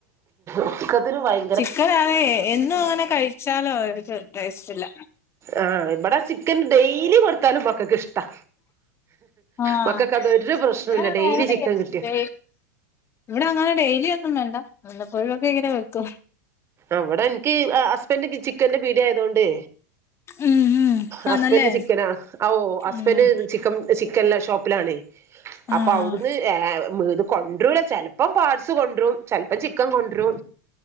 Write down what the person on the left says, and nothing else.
ചിക്കൻ ആണേ എന്നും അങ്ങനെ കഴിച്ചാലോ ഒരു ടേസ്റ്റില്ല
ആഹ്
ഇവിടെ അങ്ങനെ
ഇവിടെ അങ്ങനെ ഡെയിലി ഒന്നും വേണ്ട വല്ലപ്പോഴൊക്കെ ഇങ്ങനെ വെക്കും
ഉം ഉം ആന്നല്ലേ
ഉം
ആഹ്